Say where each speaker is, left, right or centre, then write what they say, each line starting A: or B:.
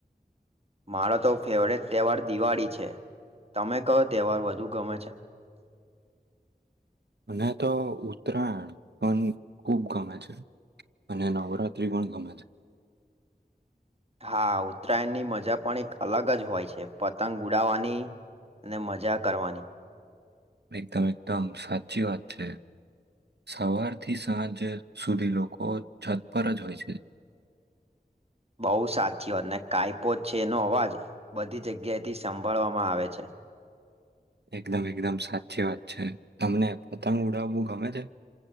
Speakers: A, on the right (about 35°); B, on the right (about 85°).
A: મારો તો ફેવરેટ તહેવાર દિવાળી છે તમે કહ તહેવાર વધુ ગમે છે
B: મને તો ઉત્તરાયણ પણ ખુબ ગમે છે અને નવરાત્ર્રી પણ ગમે છે
A: હા ઉત્તરાયણની મજા પણ એક અલગ જ હોય છે પતંગ ઉડાવાની અને મજા કરવાની
B: એકદમ એકદમ સાચચી વા છે સવારથી સાંજ સુધી લોકો છત પર જ હોય છે
A: બહુ સાથીઓ અને કાયપો છેનો અવાજ બધી જગ્યાથી સાભળવામાં આવે છે
B: એકદમ એકદમ સાચી વાત છે તમને પતંગ ઉડાવવું ગમે છે